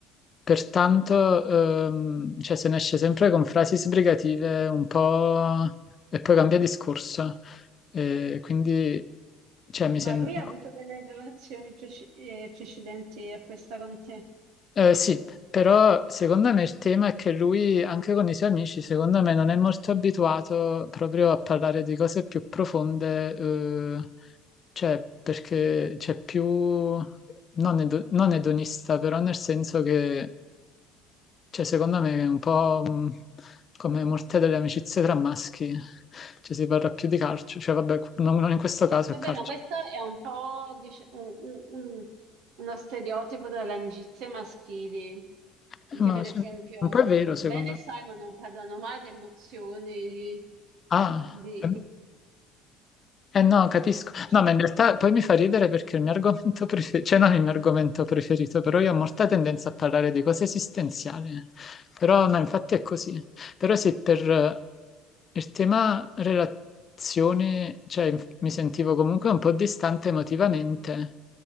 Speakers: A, on the left; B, on the right.
A: Pertanto, ehm, cioè, se ne esce sempre con frasi sbrigative un po' e poi cambia discorso. E quindi, cioè, mi
B: ma
A: sento...
B: lui ha avuto delle relazioni preci- eh, precedenti a questa con te.
A: Eh, sì, però secondo me il tema è che lui, anche con i suoi amici, secondo me non è molto abituato proprio a parlare di cose più profonde, eh, cioè perché c'è più, non, edo- non edonista, però nel senso che, cioè, secondo me è un po' mh, come molte delle amicizie tra maschi, cioè si parla più di calcio, cioè vabbè, non, non in questo caso
B: Vabbè,
A: è calcio,
B: ma questo è un po' dice- un- un- un- uno stereotipo delle amicizie maschili, perché
A: Eh, ma
B: per
A: se-
B: esempio
A: un po' è vero secondo
B: Ben e
A: me.
B: Simon non parlano mai di emozioni,
A: Ah,
B: di...
A: eh. Eh no, capisco.
B: cioè,
A: No, ma in realtà poi mi fa ridere perché il mio argomento <laughs> preferito, cioè non il mio argomento preferito, però io ho molta tendenza a parlare di cose esistenziali. Però no, infatti è così. Però se per eh, il tema relazioni, cioè inf- mi sentivo comunque un po' distante emotivamente,